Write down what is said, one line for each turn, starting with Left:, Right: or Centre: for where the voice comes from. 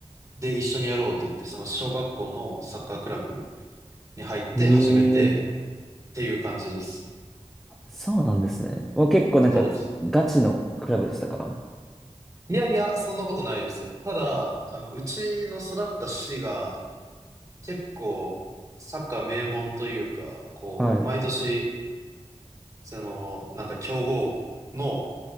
Right: で、一緒にやろうって言って、その小学校のサッカークラブに入って始めて
Centre: へえ。
Right: っていう感じです。
Centre: そうなんですね。もう結構なんか、
Right: そうです。
Centre: ガチのクラブでしたか
Right: いやいや、そんなことないですよ。ただ、あの、うちの育った市が結構サッカー名門というか、こう、
Centre: はい。
Right: 毎年、その、なんか強豪の